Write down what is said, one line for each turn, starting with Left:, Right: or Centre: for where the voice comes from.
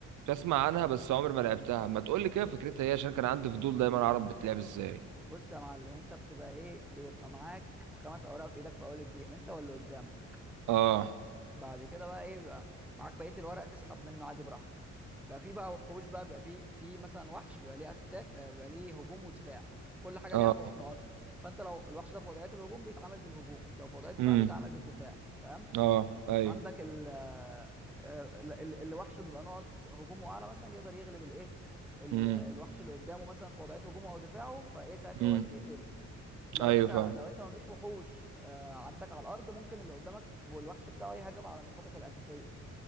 Right: بسمع عنها بس عمري ما لعبتها ما تقول لي كده فكرتها ايه عشان كان عندي فضول دايما اعرف بتلعب ازاي
Centre: بص يا معلم انت بتبقى ايه بيبقى معاك خمس اوراق في ايدك في اول الجيم انت واللي قدامك
Right: اه
Centre: بعد كده بقى ايه بيبقى معاك بقيه الورق تسحب منه عادي براحتك بقى في بقى وحوش بقى بيبقى في في مثلا وحش بيبقى ليه اتاك آه، بيبقى ليه هجوم ودفاع كل حاجه
Right: اه
Centre: ليها نق- نقطها فانت لو الوحش ده في وضعيه الهجوم بيتعامل بالهجوم لو في وضعيه الدفاع
Right: امم
Centre: بيتعامل بالدفاع فاهم
Right: اه ايوه
Centre: عندك ال آه، آه، ال- ال- اللي وحشه بيبقى نقط هجومه اعلى مثلا يقدر يغلب الايه ال-
Right: امم
Centre: الوحش اللي قدامه مثلا في وضعيه هجومه او دفاعه فايه ساعتها
Right: امم
Centre: هو اللي بيقتله لو
Right: ايوه
Centre: انت
Right: فاهم
Centre: لو انت مفيش وحوش آه، عندك على الارض ممكن اللي قدامك والوحش بتاعه يهاجم على نقاطك الاساسيه